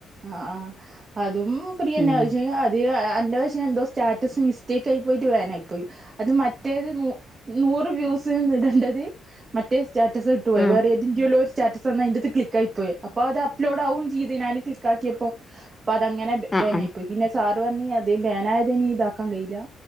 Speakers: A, on the right; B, on the left.
A: ആഹ് ആഹ് അതും പ്രീയെന്നെ
B: ഉം
A: ഓല് ചെയ്യു അത് അൻ്റെ വശം എന്തോ സ്റ്റാറ്റസ് മിസ്റ്റേക്കായി പോയിട്ട് വേനായിപ്പോയി അത് മറ്റേത് നൂ നൂറ് വ്യൂസ് ഇടണ്ടത് മറ്റേ സ്റ്റാറ്റസ് ട്ടു പോയി
B: ഉം
A: വേറെ എതിന്റെല്ലൊ സ്റ്റാറ്റസന്ന യിന്റാത്ത് ക്ലിക്ക് ആയി പോയി അപ്പോ അത പ്‌ലോഡ് ആവുചിയ്ദ്ഞാൻ ക്ലിക്കാക്യപ്പോ അപ്പൊ അതങ്ങനെ ബ്
B: ആഹ്
A: ബേനായി പോയി പിന്നെ സാറ് പറഞ് അതേ ബേനായത് ഇനി ഇതാക്കാൻ കഴിയില്ല